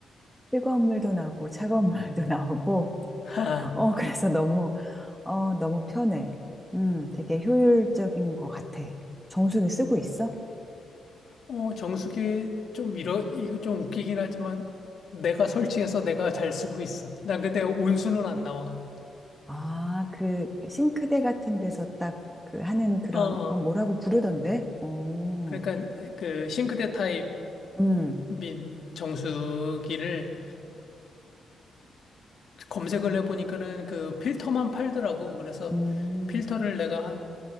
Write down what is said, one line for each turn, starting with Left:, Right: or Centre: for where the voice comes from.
Centre: 뜨거운 물도 나오고 차가운 <laughs> 물도 나오고
Left: <laughs> 하하.
Centre: 어 그래서 너무 어 너무 편해. 음 되게 효율적인 것 같아. 정수기 쓰고 있어?
Left: 어 정수기 좀 이러 이거 좀 웃기긴 하지만 내가 설치해서 내가 잘 쓰고 있어. 난 근데 온수는 안 나와.
Centre: 아, 그 싱크대 같은 데서 딱 그 하는 그런
Left: 어. 어.
Centre: 어, 뭐라고 부르던데? 어,
Left: 그러니까 그 싱크대 타입
Centre: 음,
Left: 민 정수기를 검색을 해보니까는 그 필터만 팔더라고. 그래서
Centre: 음,
Left: 필터를 내가 한